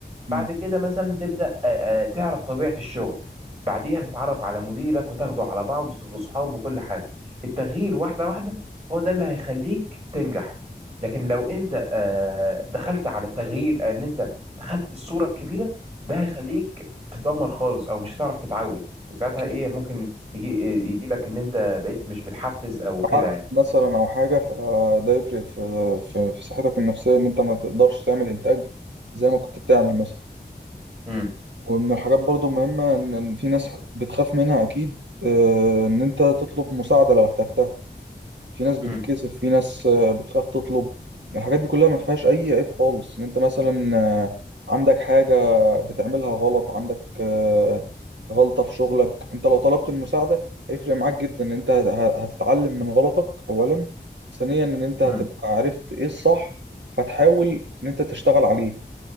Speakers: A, on the right; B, on the right.
A: بعد
B: امم
A: كده مثلا تبدا آه، آه، تعرف طبيعه الشغل بعديها تتعرف على مديرك وتاخده على بعض واصحابه وكل حاجه التغيير واحده واحده هو ده اللي هيخليك تنجح لكن لو انت آه، دخلت على التغيير آه، ان انت خدت الصوره الكبيره ده هيخليك تدمر خالص او مش هتعرف تتعود وساعتها
B: اكيد
A: ايه ممكن يجي آه، يجي لك ان انت بقيت مش متحفز او كده
B: عقد
A: يعني
B: مثلا او حاجة فده يفرق في في في صحتك النفسية ان انت ما تقدرش تعمل انتاج زي ما كنت بتعمل مثلا
A: امم
B: ومن الحاجات برضه مهمة ان إن في ناس بتخاف منها اكيد آه، ان انت تطلب مساعدة لو احتجتها في ناس بتتكسف
A: امم
B: في ناس آه، بتخاف تطلب الحاجات دي كلها ما فيهاش اي عيب خالص ان انت مثلا آه، عندك حاجة بتعملها غلط عندك آه، غلطة في شغلك انت لو طلبت المساعدة هيفرق معاك جدا ان انت هت- هتتعلم من غلطك اولا ثانيا ان انت هتبقى
A: امم
B: عرفت ايه الصح فتحاول ان انت تشتغل عليه